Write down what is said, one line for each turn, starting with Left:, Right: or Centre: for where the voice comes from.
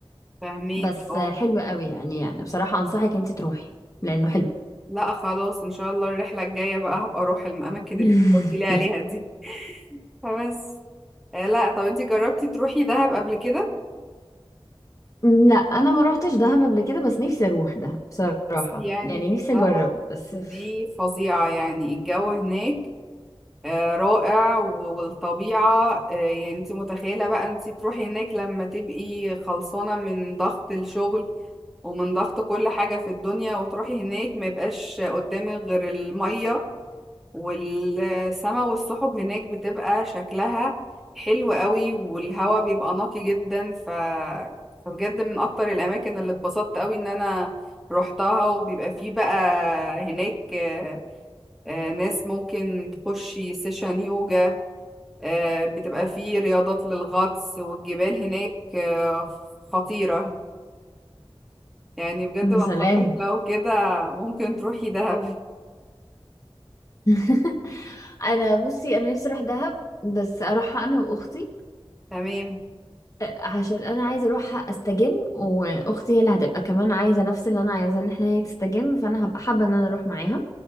Centre: فهميكي
Left: بس
Centre: اه
Left: آه، حلو قوي يعني يعني بصراحة أنصحك انت تروحي لأنه حلو
Centre: لا خلاص ان شاء الله الرحله الجايه بقى هبقى اروح الاماكن
Left: <laughs>
Centre: اللي انت قلت لي عليها دي فبس آه، لا طب انت جربتي تروحي دهب قبل كده
Left: أمم، لا انا ما روحتش دهب قبل كده بس نفسي اروح دهب بصراحه
Centre: يعني
Left: يعني نفسي
Centre: دهب
Left: اجرب بس
Centre: دي
Left: ف-
Centre: فظيعه يعني الجو هناك آه، رائع و- والطبيعه آه، يعني انت متخيله بقى انت تروحي هناك لما تبقي خلصانه من ضغط الشغل ومن ضغط كل حاجة في الدنيا وتروحي هناك ما يبقاش قدامك غير المية والسما والسحب هناك بتبقى شكلها حلو قوي والهواء بيبقى نقي جدا ف... فبجد من اكتر الاماكن اللي اتبسطت قوي ان انا روحتها وبيبقى فيه بقى هناك آه، آه، ناس ممكن تخشي سيشن يوجا آه، بتبقى فيه رياضات للغطس والجبال هناك آه، خطيرة يعني بجد
Left: يا
Centre: بنصحك
Left: سلام
Centre: لو كده ممكن تروحي دهب
Left: <laughs> انا بصي انا نفسي اروح دهب بس اروحها انا واختي
Centre: تمام
Left: أه، عشان انا عايزه اروحها استجم واختي هي اللي هتبقى كمان عايزه نفس اللي انا عايزاه ان احنا هي تستجم فانا هبقى حابه ان انا اروح معاها